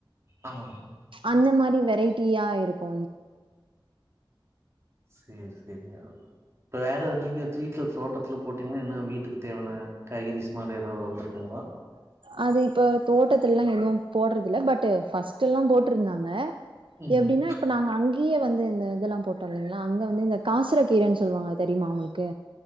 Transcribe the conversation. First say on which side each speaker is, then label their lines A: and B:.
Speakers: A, on the right; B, on the right.
A: ஆமாங்க
B: அந்த மாரி வெரைட்டியா இருக்கூ
A: சேரி சேரி ங்க இப்ப வேற நீங்க வீட்டுல தோட்டத்துல போட்டீங்கன்னா என்ன வீட்டுக்கு தேவான காய்கறிஸ் மாரி ஏதாவ்து வந்திருக்குங்ளா
B: அது இப்ப தோட்டத்துல எல்லா எதுவும் போட்றது இல்ல பட் ஃபஸ்ட் எல்லாம் போட்ருந்தாங்க
A: ம்ஹும்
B: எப்டின்னா இப்போ நாங்க அங்கேயே வந்து இந்த இதெல்லாம் போட்டோ இல்லைங்ளா அங்கே வந்து இந்த காசர கீரைன்னு சொல்லுவாங்க தெரியுமா உங்களுக்கு